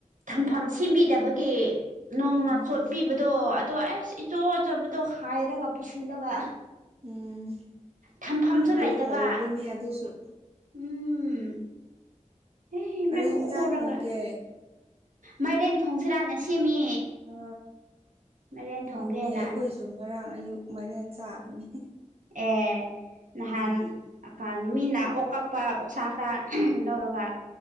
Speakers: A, on the right (about 80°); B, on the right (about 50°).
A: ꯊꯝꯐꯝ ꯁꯦꯝꯕꯤꯗꯕꯒꯤ ꯅꯣꯡꯅ
B: ꯎꯝ
A: ꯆꯣꯠꯄꯤꯕ ꯑꯗꯣ ꯑꯗꯣ ꯑꯁ ꯏꯆꯣ ꯑꯆꯕꯗꯣ ꯍꯥꯏꯔꯒ ꯄꯨꯁꯤꯜꯂꯒ
B: ꯎꯝ
A: ꯊꯝꯐꯝꯁꯨ
B: ꯑꯗꯨ
A: ꯂꯩꯇꯕ
B: ꯍꯧꯕꯅꯦ ꯑꯗꯨꯁꯨ
A: ꯎꯝ ꯑꯦ
B: ꯀꯔꯤ
A: ꯃꯥꯏꯈꯨ
B: ꯍꯤꯟꯖꯥꯡ
A: ꯈꯨꯔꯒ
B: ꯊꯣꯡꯒꯦ
A: ꯃꯥꯏꯔꯦꯟ ꯊꯣꯡꯁꯤꯔꯅ ꯁꯦꯝꯃꯤ
B: ꯑ
A: ꯃꯥꯏꯔꯦꯟ ꯊꯣꯡꯒꯦꯅ
B: ꯍꯥꯎꯅꯤ ꯑꯩꯈꯣꯏꯁꯨ ꯉꯔꯥꯡ ꯑꯌꯨꯛ ꯃꯦꯟ ꯆꯥꯕꯅꯦ
A: ꯑꯦ ꯅꯍꯥꯟ
B: ꯎꯝ
A: ꯀꯅ ꯃꯤꯅ ꯑꯣꯛ ꯀꯛꯄ ꯑꯣꯛꯁꯥ ꯈꯔ ꯂꯧꯔꯒ